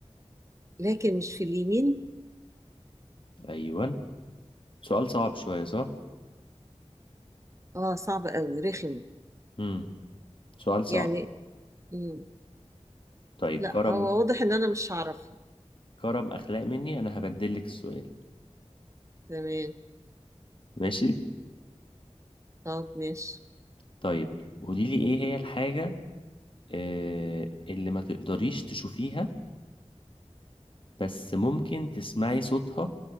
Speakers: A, on the right; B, on the left.
A: لكن مش في اليمين
B: أيوة سؤال صعب شوية صح؟
A: اه صعب قوي رخم
B: مم. سؤال صعب
A: يعني مم.
B: طيب
A: لا
B: كرم
A: هو واضح ان انا مش هعرفها
B: كرم أخلاق مني أنا هبدل لك السؤال
A: تمام
B: ماشي؟
A: طب ماشي
B: طيب قولي لي إيه هي الحاجة آه اللي ما تقدريش تشوفيها بس ممكن تسمعي صوتها